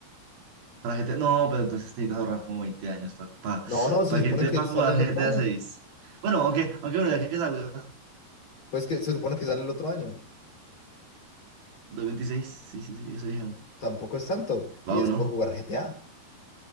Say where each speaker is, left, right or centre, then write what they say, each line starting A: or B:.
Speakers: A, on the right; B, on the left.
A: Para GTA, no, pero entonces necesitas ahorrar como 20 años para
B: No, no, se
A: para
B: supone
A: que te
B: que
A: para
B: sale
A: jugar
B: el
A: GTA
B: otro año.
A: seis Bueno, aunque, aunque bueno, ya que, que salga
B: Pues que se supone que sale el otro año.
A: dos veintiséis sí, sí, sí, eso dijeron.
B: Tampoco es tanto. Y
A: Va uno,
B: es por jugar GTA.